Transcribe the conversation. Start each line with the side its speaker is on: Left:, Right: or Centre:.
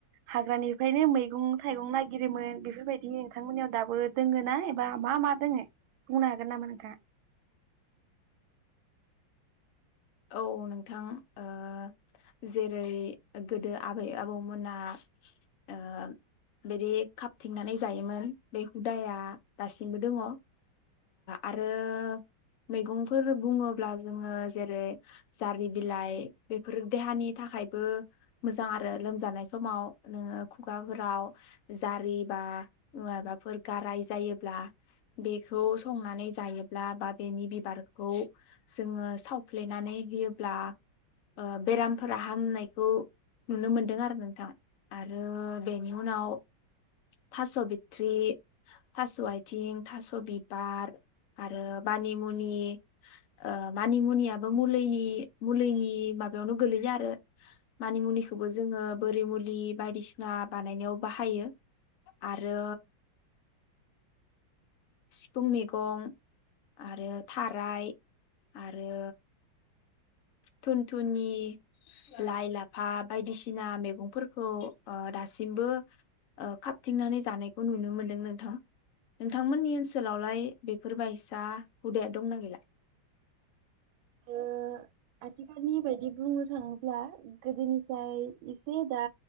Right: हाग्रानिफ्रायनो मैगं थाइगं नायगिरोमोन बेफोर बायदिनो नोंथांमोननियाव दाबो दोङोना एबा मा मा दोङो बुंनो हागोन नामा नोंथाङा?
Left: औ नोंथां ओ जेरै गोदो आबै आबौमोना ओ बिदि खाबथिंनानै जायोमोन बे हुदाया दासिमबो दङ आरो मैगंफोर बुङोब्ला जोङो जेरै जारि बिलाइ बेफोर देहानि थाखायबो मोजां आरो लोमजानाय समाव नोङो खुगाफोराव जारि बा माबाफोर गाराय जायोब्ला बेखौ संनानै जायोब्ला बा बेनि बिबारखौ जोङो सावफ्ले नानै होयोब्ला ओ बेरामफोरा हामनायखौ नुनो मोनदों आरो नोंथां आरो बेनि उनाव थास बिथरि, थास आइथिं, थास बिबार आरो मानि मुनि ओ मानि मुनिआ बो मुलिनि मुलिनि माबायावनो गोलैयो आरो मानामुनि खौबो जोङो बोरि मुलि बायदिसिना बानायनायाव बाहायो आरो सिफुं मैगं आरो थाराय आरो थुन थुनि लाइ लाफा बायदिसिना मैगंफोरखौ ओ दासिमबो ओ खाबथिंनानै जानायखौ नुनो मोनदों नोंथां नोंथांमोननि ओनसोलावलाय बेफोरबायसा हुदाया दंना गैला?
Right: ओ आथिखालनिबायदि बुंडों। थाङोब्ला गोदोनिफ्राय एसे दा